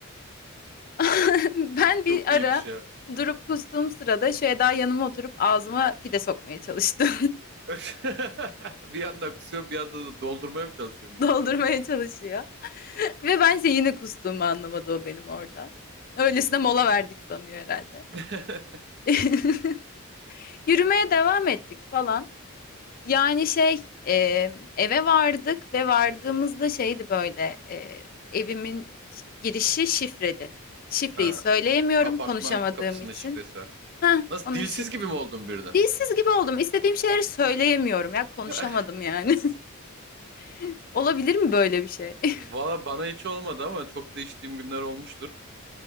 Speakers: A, on the left (about 40°); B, on the right (about 50°).
A: <laughs> Ben
B: Çok
A: bir
B: iyiymiş
A: ara
B: ya.
A: durup kustuğum sırada daha yanıma oturup ağzıma pide sokmaya çalıştım.
B: <laughs> Bir yandan kusuyor bir yandan da doldurmaya mı çalışıyor
A: <laughs>
B: mideni?
A: Doldurmaya çalışıyor. Ve bence yine kustuğumu anlamadı o benim orada. Öylesine mola verdik sanıyor herhalde.
B: <laughs>
A: <laughs> Yürümeye devam ettik falan. Yani şey e, eve vardık ve vardığımızda şeydi böyle e, evimin ş- girişi şifredi. Şifreyi
B: Ha,
A: söyleyemiyorum
B: apartman
A: konuşamadığım
B: kapısının
A: için.
B: şifresi
A: Heh,
B: Nasıl
A: onun
B: dilsiz
A: şifresi.
B: gibi mi oldun birden?
A: Dilsiz gibi oldum. İstediğim şeyleri söyleyemiyorum ya konuşamadım
B: <laughs>
A: yani. <laughs> Olabilir mi böyle bir şey? <laughs>
B: Valla bana hiç olmadı ama çok da içtiğim günler olmuştur.